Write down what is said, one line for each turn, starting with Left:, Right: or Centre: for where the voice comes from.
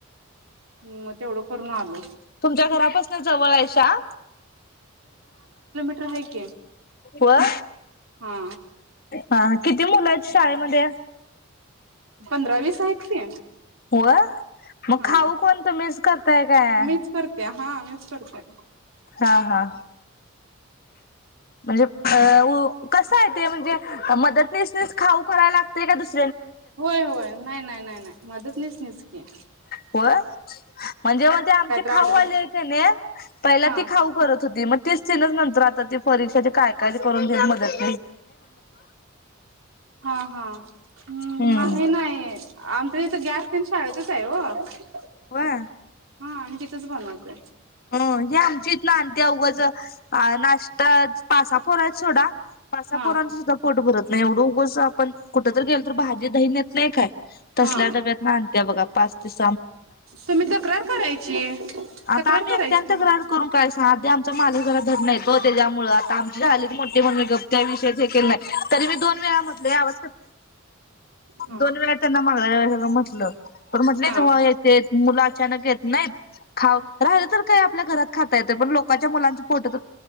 Right: हं, मग तेवढं करून आलो.
Left: तुमच्या घरापासन जवळ आहे शाळा?
Right: रहाय की,
Left: वं,
Right: हा
Left: हां, किती मुलं आहेत शाळेमध्ये?
Right: पंधरा, वीस आहेत की.
Left: व मग
Right: हां
Left: खाऊ कोण तुम्हीच करताय काय
Right: मीच करते, हां मीच करते.
Left: हा हा म्हणजे अ ऊ कसं आहेे ते? म्हणजे मदतनीसनेच खाऊ कराय लागतंय काय दुस
Right: होय होय, नाही नाही नाही नाही. मदतनीसनीच ते.
Left: होय? म्हणजे मग ते आमचे खाऊ
Right: आड
Left: आले का नाही, पहिला
Right: हा
Left: ती खाऊ करत होती. मग तेच तेनच नंतर आता ते परीक्षेची काय काय ते करून घेत मदत
Right: हा हा. नाही
Left: हम्म.
Right: नाही, आमच्या इथं गॅस तेन शाळे तच आहे हो.
Left: होय.
Right: हा आम्ही तिथंच बनवायचं हाय.
Left: अं ही आमची इथनं आणत्या उगच अ नाष्टाच पाच, सहा पोरं आहेत सोडा, पाच, सहा
Right: हा
Left: पोरांचंसुद्धा पोट भरत नाही. नाही एवढं उगच आपण कुठंतरी गेलो तर भाजी दही नेत नाही काय? तसल्या
Right: हा
Left: डब्यातनं आणत्या बघा. पाच ते स
Right: तुम्ही तक्रार करायची,
Left: आता
Right: तक्रार
Left: आम्ही
Right: करायची
Left: एकट्यान तक्रार
Right: तुम्ही
Left: करून काय सांगा, त्यो आमचा मालक ज रा धड नाहीत हो त्याज्यामुळं. आता आमची झालीत मोठी म्हणून मी गप काय विषयच हे केला नाही. तरी मी दोन वेळा म्हणलोय आओ
Right: हा
Left: दोन वेळा त्यांना मग हा हेनं म्हटलं, तर म्हटलीत
Right: हा
Left: म ये तेत मुलं अचानक येत नाहीत. खाऊ, राहिलं तर तर आपल्या घरात खाता येतंय, पण लोकांच्या मुलांचे पोटत